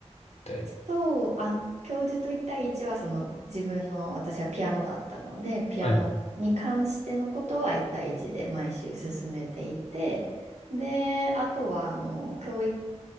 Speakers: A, on the left; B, on the right.
A: 一対
B: そう、あ、教授と一対一はその自分の私はピアノだったので、ピアノに関してのことは一対一で毎週進めていて、
A: はい。
B: で、あとはあの教育、